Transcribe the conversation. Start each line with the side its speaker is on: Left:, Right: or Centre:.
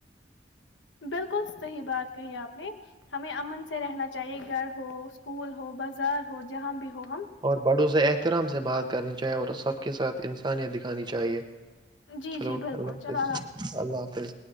Left: بالکل صحیح بات کہی آپ نے ہمیں امن سے رہنا چاہیے گھر ہو اسکول ہو بازار ہو جہاں بھی ہو ہم
Right: اور بڑو سے احترام سے بات کرنی چاہے اور سب کے ساتھ انسانیت دکھانی چاہیے
Left: جی
Right: چلو
Left: جی بالکل
Right: اللہ حافظ
Left: چلو
Right: اللہ حافظ